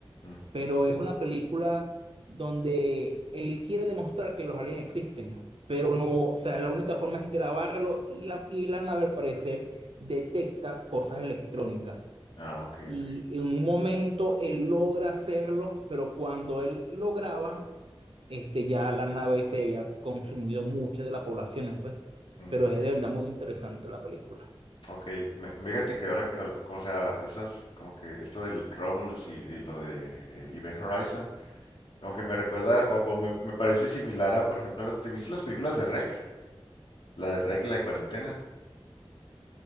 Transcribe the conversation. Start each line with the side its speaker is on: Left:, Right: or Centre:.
Left: Mm.
Right: pero es una película donde él quiere demostrar que los aliens existen, pero no, o sea, la única forma es grabarlo y la, y la nave al parecer detecta cosas electrónicas.
Left: Ah, ok,
Right: y
Left: ok.
Right: en un momento él logra hacerlo, pero cuando él lograba, este, ya la nave se había consumido mucha de la población, ¿no? pues.
Left: Mm,
Right: Pero
Left: ok,
Right: es de verdad muy interesante la película.
Left: ok. Me- fíjate que ahora que, al- como sea, esas, como que esto del Romulus y, y lo de eh, Event Horizon. Como que me recuerda, o, o me, me parece similar a, por ejemplo, las- ¿te viste las películas de REC? La de REC y la de Cuarentena.